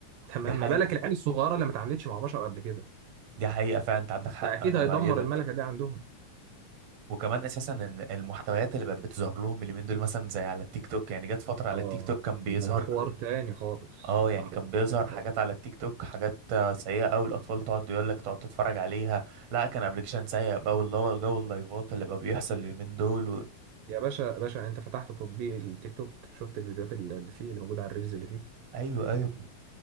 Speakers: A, on the right; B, on the right.
A: تمام
B: دي حقيقة
A: ما بالك العيال الصغيرة اللي ما اتعاملتش مع بشر قبل كده
B: دي حقيقة فعلا انت عندك حق
A: ده أكيد
B: انا
A: هيدمر
B: بأيدك
A: الملكة دي عندهم
B: وكمان اساسا ان المحتويات اللي بقت بتظهر لهم اليومين دول مثلا زي على التيك توك يعني جت فترة على
A: آه
B: التيك توك كان بيظهر
A: ده ده حوار تاني خالص
B: اه يعني
A: ده حوار
B: كان بيظهر
A: تاني خالص
B: حاجات على التيك توك حاجات آه، سيئة أوي الأطفال تقعد يقول لك تقعد تتفرج عليها لا كان ابلكيشن سيء بقى واللي هو جو اللايفات اللي بقى بيحصل اليومين دول و...
A: يا باشا باشا أنت فتحت تطبيق التيك توك شفت الفيديوهات اللي فيه اللي موجودة على الريلز اللي فيه
B: ايوه ايوه